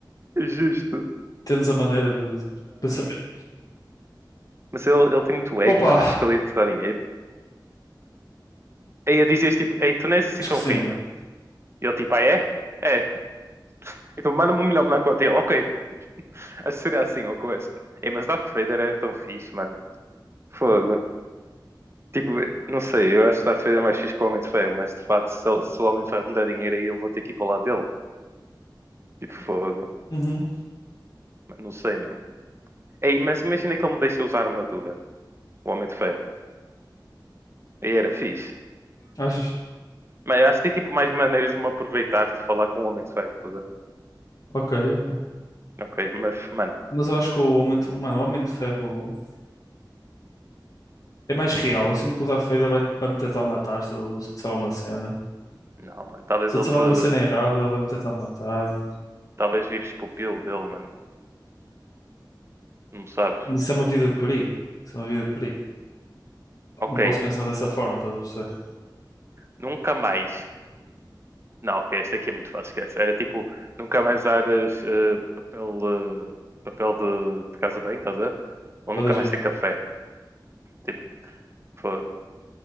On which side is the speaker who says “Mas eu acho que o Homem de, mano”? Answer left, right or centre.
Left